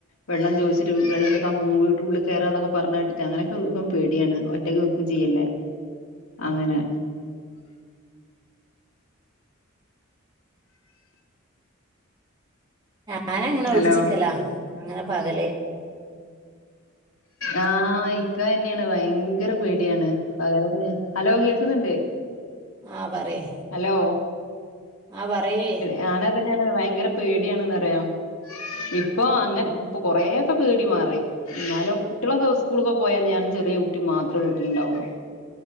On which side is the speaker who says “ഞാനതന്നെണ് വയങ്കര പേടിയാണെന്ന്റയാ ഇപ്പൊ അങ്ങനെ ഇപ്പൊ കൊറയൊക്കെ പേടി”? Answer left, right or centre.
Left